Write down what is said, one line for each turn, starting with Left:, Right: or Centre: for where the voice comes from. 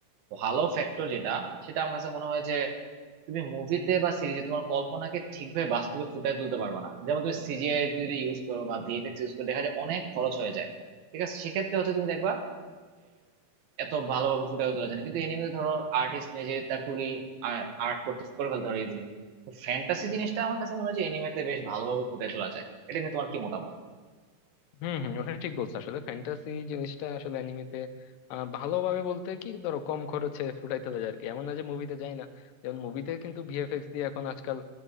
Right: ভালো ফ্যাক্টর যেটা সেটা আমার কাছে মনে হয় যে তুমি মুভিতে বা সিরিজে তোমার কল্পনাকে ঠিকভাবে বাস্তবে ফুটিয়ে তুলতে পারবে না যেমন তুমি সিজিআই যদি ইউজ করো বা ভিএফএক্স ইউজ করো দেখা যায় অনেক খরচ হয়ে যায় ঠিক আছে সেক্ষেত্রে হচ্ছে তুমি দেখবা এত ভালোভাবে ফুটিয়ে তোলা যায় না কিন্তু এনিমেতে ধরো আর্টিস্ট নিজে তার টুরি আর্ট করতে করে ফেলতে পারে ইজিলি তো ফ্যান্টাসি জিনিসটা আমার কাছে মনে হয় যে এনিমেতে বেশ ভালোভাবে ফুটিয়ে তোলা যায় এটা নিয়ে তোমার কি মতামত
Left: হম হম ওটা ঠিক বলছো আসলে ফ্যান্টাসি জিনিসটা আসলে অ্যানিমেতে ভালোভাবে বলতে কি ধরো কম খরচে ফুটাইতে হবে আর কি এমন না যে মুভিতে যায় না যেমন মুভিতে কিন্তু ভিএফএক্স দিয়ে এখন আজকাল